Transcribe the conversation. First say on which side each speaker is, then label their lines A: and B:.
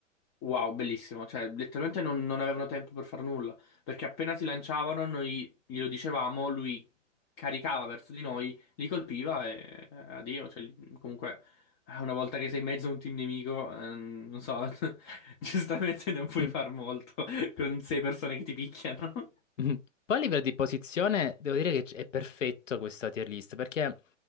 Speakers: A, on the left; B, on the left.
A: Wow, bellissimo. Cioè, letteralmente non, non avevano tempo per far nulla. Perché appena si lanciavano, noi glielo dicevamo, lui caricava verso di noi, li colpiva e eh, addio. Cioè, li- comunque, eh, una volta che sei in mezzo a un team nemico, ehm, non so, <laughs> giustamente non puoi
B: Sì.
A: far molto <laughs> con sei persone che ti picchiano.
B: Mhm. Poi a livello di posizione devo dire che c- è perfetto questa tier list perché